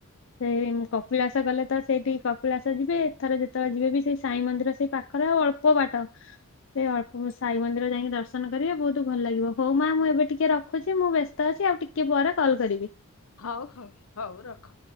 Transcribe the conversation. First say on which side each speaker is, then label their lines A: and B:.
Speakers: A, on the left; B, on the left.
A: ସେଇ କପିଳାସ ଗଲେ ତ ସେଇଠିକି କପିଳାସ ଯିବେ ଏଥରେ ଯେତେବେଳେ ଯିବେ ବି ସେଇ ସାଇ ମନ୍ଦିର ସେଇ ପା ଖରେ ଓ ଅଳ୍ପ ବାଟ। ସେ ଅଳ୍ପ ବ ସାଇ ମନ୍ଦିର ଯାଇକି ଦର୍ଶନ କରିବେ ବହୁତ ଭଲ ଲାଗିବ ହଉ ମା ମୁଁ ଏବେ ଟିକେ ରଖୁଛି ମୁଁ ବ୍ୟସ୍ତ ଅଛି। ଆଉ ଟିକେ ପରେ କଲ୍ କରିବି।
B: ହଉ ହଉ ହଉ ରଖ।